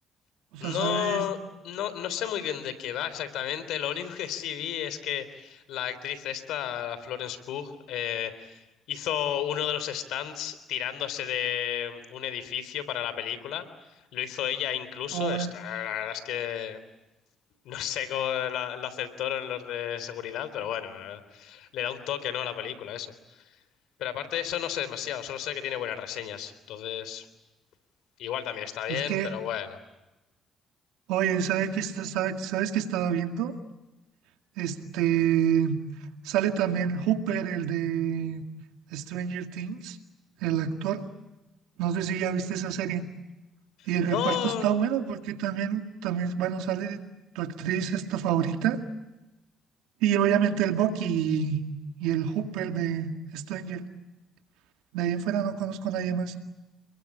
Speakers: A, on the right; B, on the left.
A: O
B: No,
A: sea, ¿sabes
B: no, no sé muy bien de qué va exactamente. Lo único que sí vi es que la actriz esta, la Florence Pugh, eh, hizo uno de los stunts tirándose de un edificio para la película. Lo hizo ella incluso.
A: ahora?
B: Está- la verdad es que No sé cómo la- lo aceptaron los de seguridad, pero bueno, eh, le da un toque, ¿no? a la película, eso. Pero aparte de eso, no sé demasiado, solo sé que tiene buenas reseñas. Entonces, igual también está bien,
A: Es que,
B: pero bueno.
A: oye, ¿sabes que está, sabe- sabes que estaba viendo? Este, sale también Hooper, el de Stranger Things, el actor. No sé si ya viste esa serie. Y el
B: No.
A: reparto está bueno porque también, también, bueno, sale tu actriz esta favorita y obviamente el Bucky y, y el Hooper de Stranger. De ahí en fuera no conozco a nadie más.